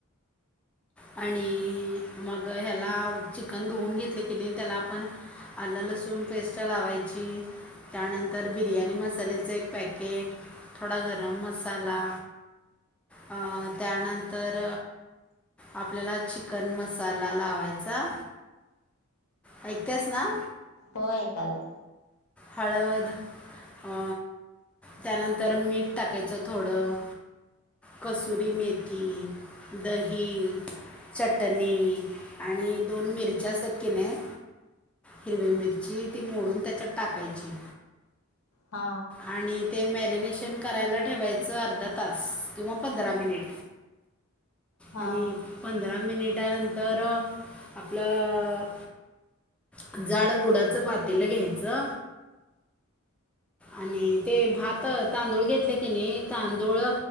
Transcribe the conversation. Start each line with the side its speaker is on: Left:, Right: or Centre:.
Centre: आणि मग ह्याला चिकन धुवून घेतले की नाही त्याला आपण आलं लसूण पेस्ट लावायची त्यानंतर बिर्याणी मसाल्याचं एक पॅकेट थोडा गरम मसाला अ त्यानंतर आपल्याला चिकन मसाला लावायचा ऐकतेस ना.
Left: होय ऐकायले
Centre: हळद अ त्यानंतर मीठ टाकायचं थोडं कसुरी मेथी दही चटणी आणि दोन मिरच्या असतात की नाही हिरवी मिरची ती मोडून त्याच्यात टाकायची.
Left: हा
Centre: आणि ते मॅरीनेशन करायला ठेवायचं अर्धा तास, किंवा पंधरा मिनिट.
Left: हा
Centre: आणि. अहं. पंधरा मिनिटांनंतर.. आपलं अं जाड बुडाच पातेलं घ्यायचं. च.. आनी ते भात, तांदूळ घेतले कीं नाही, तांदूळ